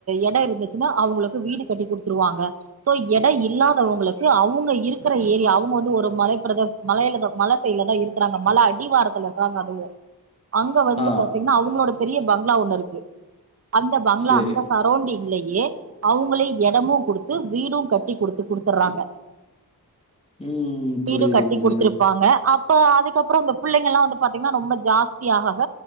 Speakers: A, on the right (about 40°); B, on the left (about 15°).
A: எட இருந்துச்சுன்னா அவங்களுக்கு வீடு கட்டி குடுத்துருவாங்க சோ எட இல்லாதவங்களுக்கு அவங்க இருக்கற ஏரியா அவங்க வந்து ஒரு மலை பிரதேச மலைல தா மல சைடுலதா இருக்கறாங்க மல அடிவாரத்துல இருக்கறாங்க அதுவு அங்க வந்து
B: ஆ,
A: பாத்தீங்னா அவங்களோட பெரிய பங்களா ஒண்ணு இருக்கு அந்த பங்களா
B: சரி.
A: அந்த சரவுண்டிங்லேயே அவங்ளே எடமு குடுத்து வீடு கட்டி குடுத்து குடுத்துட்றாங்க
B: ம். புரியுது,
A: வீடு கட்டி
B: புரியுது.
A: குடுத்துரு வாங்க அப்ப அதுக்கப்பறோ இந்த பிள்ளைங்கல்லா வந்து பாத்தீங்னா ரொம்ப ஜாஸ்தி ஆக ஆக